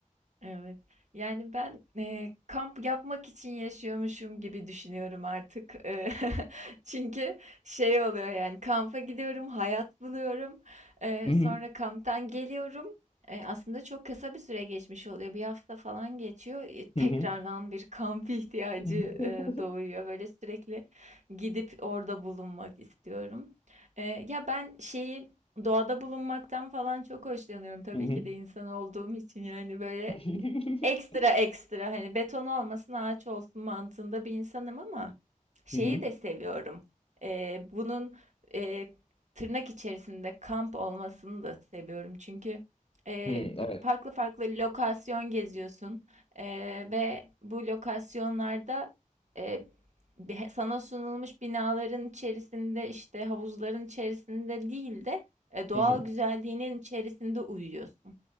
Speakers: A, on the right; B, on the left.
A: Evet. Yani ben, eee, kamp yapmak için yaşıyormuşum gibi düşünüyorum artık. Eee, <laughs> çünkü şey oluyor yani kampa gidiyorum, hayat buluyorum. Eee,
B: Hı hı,
A: sonra kamptan geliyorum. Eee, aslında çok kısa bir süre geçmiş oluyor. Bir hafta falan geçiyor. E, tekrardan
B: hı hı.
A: bir kamp <laughs> ihtiyacı
B: <laughs>
A: eee, doğuyor. Böyle sürekli gidip orada bulunmak istiyorum. Eee, ya ben şeyi Doğada bulunmaktan falan çok hoşlanıyorum. Tabii
B: Hı hı, hı
A: ki
B: hı.
A: de insan olduğum için yani böyle
B: <laughs>
A: Ekstra ekstra hani beton olmasın ağaç olsun mantığında bir insanım ama şeyi
B: Hı hı,
A: de seviyorum. Ee, bunun e, tırnak içerisinde kamp olmasını da seviyorum. Çünkü e,
B: hı, Evet.
A: bir farklı farklı lokasyon geziyorsun E, ve bu lokasyonlarda e, bir- sana sunulmuş binaların içerisinde işte havuzların içerisinde değil de e, doğal
B: Hı hı,
A: güzelliğinin içerisinde uyuyorsun.